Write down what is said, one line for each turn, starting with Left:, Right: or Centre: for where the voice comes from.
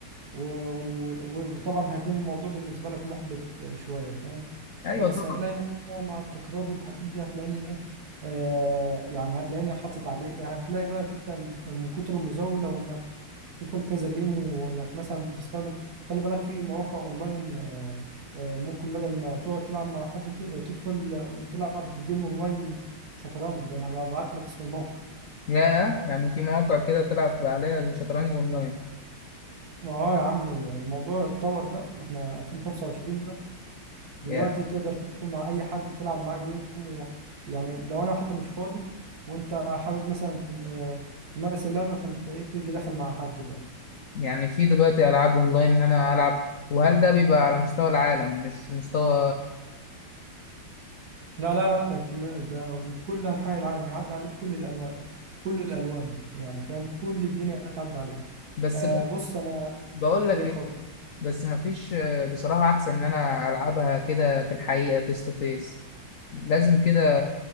Right: و- و- وطبعا هيكون الموضوع بالنسبة لك محبط شوية فاهم
Left: أيوة
Right: بس
Left: طبعا
Right: هتلاقي نفسك بقى مع التكرار والحاجات دي هتلاقيني ايه آه يعني هتلاقيني حاطط عليه هتلاقي بقى انت من كتر المزاولة وانك تدخل كذا جيم وانك مثلا بتستخدم خلي بالك في مواقع اونلاين آه آه ممكن بدل ما تقعد تلعب مع حد ت- تدخل تلعب جيم اونلاين شطرنج انا هبعت لك اسم الموقع
Left: يا يعني في مواقع كده تلعب عليها الشطرنج أونلاين
Right: اه يا عم الموضوع اتطور بقى ما احنا 2025 دلوقتي
Left: يا
Right: تقدر تدخل مع اي حد تلعب معاه جيم ويعني لو انا حتى مش فاضي وانت حابب مثلا تم- آه، تمارس اللعبه فانت ايه تيجي داخل مع حد بقى
Left: يعني في دلوقتي ألعاب أونلاين إن أنا ألعب وهل ده بيبقى على مستوى العالم مش مستوى
Right: لا لا لا م- ده من كل انحاء العالم هيعدي عليك كل الانواع كل الالوان يعني فاهم كل الدنيا هتعدي عليك
Left: بس
Right: آه بص انا
Left: بقول لك
Right: ايه اتفضل
Left: بس مفيش آه، بصراحة أحسن إن أنا ألعبها كده في الحقيقة فيس تو فيس لازم كده